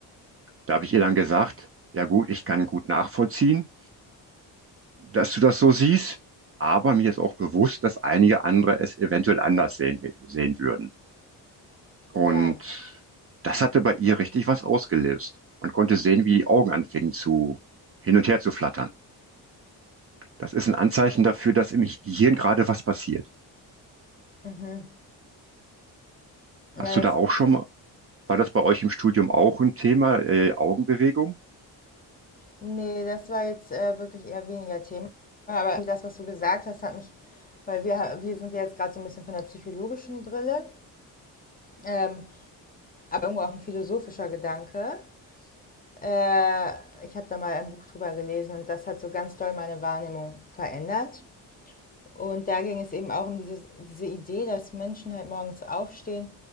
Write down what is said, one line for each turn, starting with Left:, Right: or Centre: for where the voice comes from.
Right: Da habe ich ihr dann gesagt, ja gut, ich kann gut nachvollziehen, dass du das so siehst, aber mir ist auch bewusst, dass einige andere es eventuell anders sehen, sehen würden. Und
Left: ja.
Right: das hatte bei ihr richtig was ausgelöst. Man konnte sehen, wie die Augen anfingen zu hin und her zu flattern. Das ist ein Anzeichen dafür, dass im Gehirn gerade was passiert.
Left: Mhm.
Right: Hast
Left: Ja,
Right: du da
Left: das
Right: auch schon mal, war das bei euch im Studium auch ein Thema, äh, Augenbewegung?
Left: Ne, das war jetzt, äh, wirklich eher weniger Thema. Aber das, was du gesagt hast, hat mich weil wir wir sind ja jetzt gerade so ein bisschen von der psychologischen Brille, ähm, aber irgendwo auch ein philosophischer Gedanke. Äh, ich habe da mal ein Buch drüber gelesen und das hat so ganz doll meine Wahrnehmung verändert. Und da ging es eben auch um dieses diese Idee, dass Menschen halt morgens aufstehen